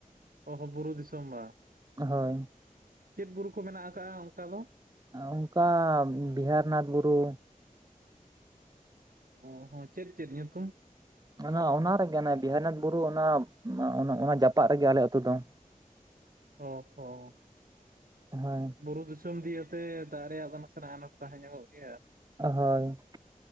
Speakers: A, on the right (about 80°); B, on the right (about 25°).
A: ᱚ ᱦᱚᱸ ᱵᱩᱨᱩ ᱫᱤᱥᱚᱢ ᱵᱟ।
B: ᱦᱳᱭ
A: ᱪᱮᱫ ᱵᱩᱨᱩ ᱠᱚ ᱢᱮᱱᱟᱜ ᱟᱠᱟᱜᱼᱟ ᱚᱱᱠᱟ ᱫᱚ?
B: ᱟ ᱚᱱᱠᱟ ᱵᱤᱦᱟᱨᱤᱱᱟᱛᱷ ᱵᱩᱨᱩ
A: ᱚ ᱦᱚᱸ ᱪᱮᱫ ᱪᱮᱫ ᱧᱩᱛᱩᱢ?
B: ᱚᱱᱟ ᱚᱱᱟ ᱨᱮᱜᱮ ᱵᱤᱦᱟᱨᱤᱱᱟᱛᱷ ᱵᱩᱨᱩ ᱚᱱᱟ ᱚᱱᱟ ᱡᱟᱯᱟᱜ ᱨᱮᱜᱮ ᱟᱞᱮ ᱟᱹᱛᱩ ᱫᱚ।
A: ᱚ ᱦᱚᱸ
B: ᱦᱳᱭ
A: ᱵᱩᱨᱩ ᱫᱤᱥᱚᱢ ᱫᱤ ᱛᱮ ᱫᱟᱨᱮ ᱨᱮᱭᱟᱜ ᱫᱚ ᱱᱟᱥᱮᱱᱟᱜ ᱟᱱᱟᱴ ᱛᱟᱦᱮᱸ ᱧᱚᱜᱚᱜ ᱜᱮᱭᱟ ᱟᱨ
B: ᱦᱳᱭ